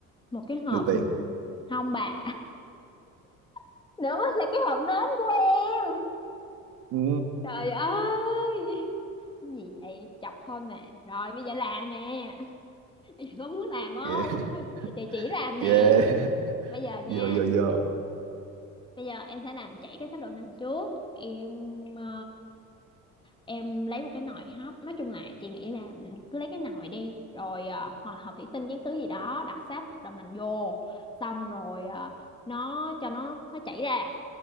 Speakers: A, on the left; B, on the right.
A: một cái hộp
B: được tiền.
A: ừ, hông bà <laughs> nữa là cái hộp nến của em
B: Ừ,
A: trời ơi cái gì vậy chọc thôi mà rồi bây giờ làm nè <laughs> Bây có muốn làm không
B: kệ, <laughs>
A: <laughs> vậy chỉ làm
B: kệ,
A: nè bây giờ
B: vô
A: nha
B: vô vô.
A: bây giờ em sẽ làm chảy cái sáp đậu nành trước em ờ, em lấy một cái nồi hấp nói chung là chị nghĩ là cứ lấy cái nồi đi rồi ờ, hoặc là hộp thủy tinh chén thứ gì đó đặt sáp đậu nành vô xong rồi ờ, nó cho nó nó chảy ra